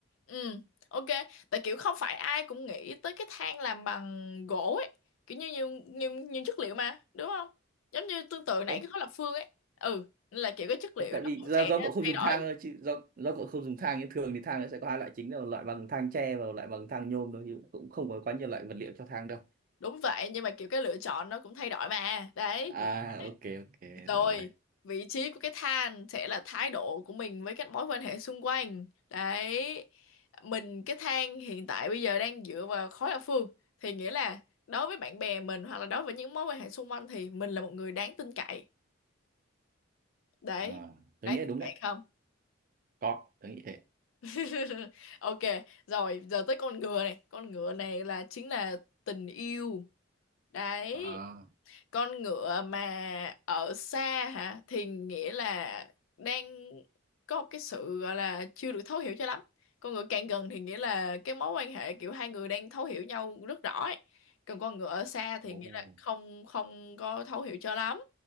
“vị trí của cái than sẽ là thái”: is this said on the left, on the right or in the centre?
Left